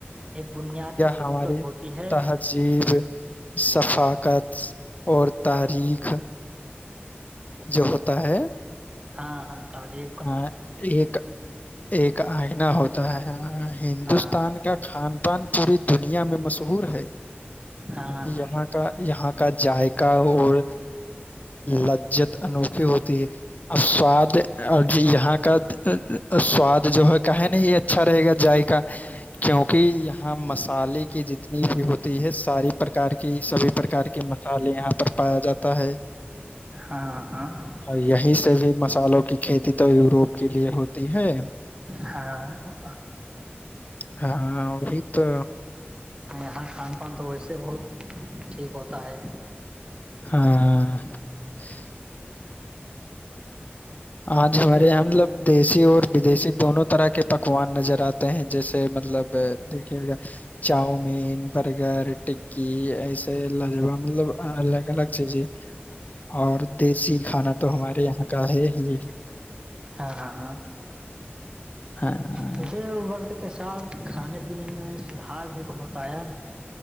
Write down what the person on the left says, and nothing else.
ہماریے
تہذیب ثفاقت اور تاریخ جو ہوتا ہے
ہاں ایک ایک آئنا ہوتا ہےاں ہندوستان
کا خھان پان پوری دنیا میں مشہور ہے
یہاں کا یہاں کا ذائقہ اور لججت انوکھے دی سواد اور یہاں کا سواد جو ہے کہے نہیں اچھا رہے گا جائے کا کیوںکہ یہاں مسالے کی جتنی بھی ہوتی ہے ساری پرکار کی سبھی پرکار کے مسالے یہاں پر پایا جاتا ہے
اور یہیں سے بھی مسالوں کی کھیتی تو یوروپ کے لیے ہوتی ہے
ہاں ا بھی تو
ہاں <inaudible> آج ہمارے
یہاں مطلب دیسی اور ودیسیی دونوں طرح کے پکوان نظر آتے ہیں جیسے مطلب دیکھیے گا چاؤمین برگر ٹکی ایسے لہ جبا مطلب لیکا لگ سے جی اور دیسی کھانا تو ہمارے یہاں کا ہے ہی
ہاں